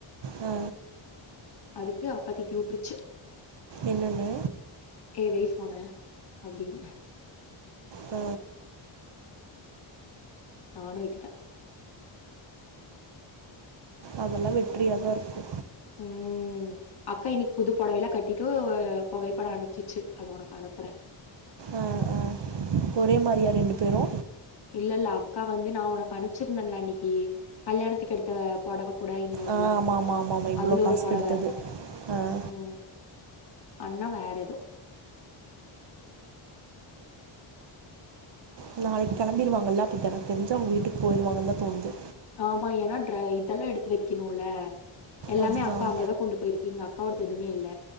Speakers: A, on the right; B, on the left.
A: ஆ
B: அதுக்கு அக்கா தீட்டி விட்டுருச்சு
A: என்னங்க
B: ஏ வெய் சொன்ன அப்டின்ன
A: ஆ
B: நானு விட்டுட
A: அதல்லா வெற்றியா தான் இருக்கு
B: ம் அக்கா இன்னைக்கு புது பொடவைலா கட்டிட்டு பழைய பொடவை அனுப்புச்சுஅது உனக்கு அனுப்புறே
A: ஆ ஆ ஒரே மாரியா ரெண்டு பேரு
B: இல்ல இல்ல அக்கா வந்து நா உனக்கு அனுப்பிச்சுருந்தன்ல அன்னைக்கு கல்யாணத்துக்கு எடுத்த பொடவை கூட இன்னொன்ல்லா
A: ஆ ஆமாம் ஆமாம் ஆமாம் ஆமாம் இவ்வளோ
B: அதுல
A: காசுக்கு
B: ஒரு பொடவை
A: எடுத்தது ஆ
B: ம் அண்ணா வேற எது
A: எல்லா நாளைக்கு கெம்பிருவாங்கல்ல அப்போ எனக்கு தெரிச்சா அவங்க வீட்டுக்கு போயிருவாங்கன்னுதா தோணுது
B: ஆமா ஏன்னா ட்ரை இதுல்லா எடுத்து வைக்கனுல எல்லாமே
A: அதுதான்
B: அக்கா அங்கதா கொண்டு போயிருங்க அக்காவோடது எதுமே இல்ல